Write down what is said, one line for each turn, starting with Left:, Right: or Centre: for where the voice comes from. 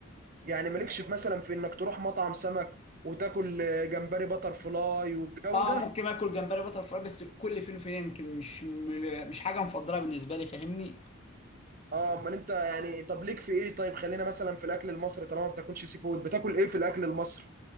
Right: يعني مالكش في مثلا في انك تروح مطعم سمك وتاكل آه، جمبري بتر فلاي والجو
Left: اه
Right: ده
Left: ممكن اكل جمبري بتر فراي بس كل فين وفين يمكن مش م- مش حاجه مفضله بالنسبه لي فاهمني
Right: اه امال انت يعني طب ليك في ايه طيب خلينا مثلا في الاكل المصري طالما ما بتاكلش سي فود بتاكل ايه في الاكل المصري